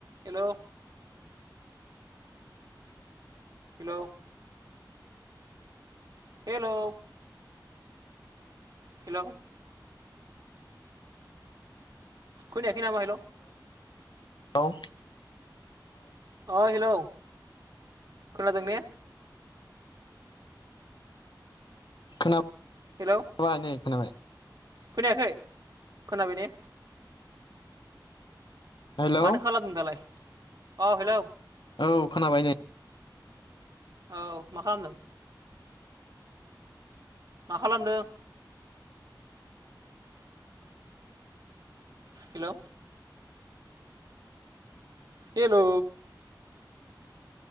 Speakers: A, on the right; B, on the left.
A: हेल' hello hello hello खोनायाखै नामा? Hello
B: औ
A: अ हेलौ। खोनादों ने?
B: खोनाब
A: हेलौ
B: अ आनै खोनाबाय।
A: खोनायाखै खोनाबाय ने?
B: हेलौ
A: माथो खालामदों दालाय? औ हेलौ।
B: औ खोनाबाय नै।
A: औ मा खामदों? मा खालामदों? हेलौ हेल'